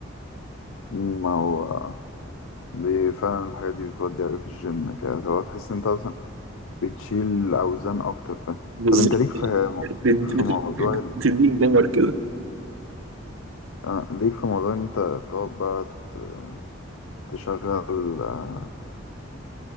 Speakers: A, on the left; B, on the right.
A: مم، ما هو دي فعلا الحاجات دي بتودي أوي في الجيم كده هو تحس إن أنت أصلا بتشيل اوزان اكتر ف
B: بالظبط
A: طب انت ليك في
B: بت-
A: ليك في
B: بت-
A: موضوع ال...
B: بتديك باور كده
A: آه، ليك في موضوع ان انت تقعد بقى ت- تشغل آه،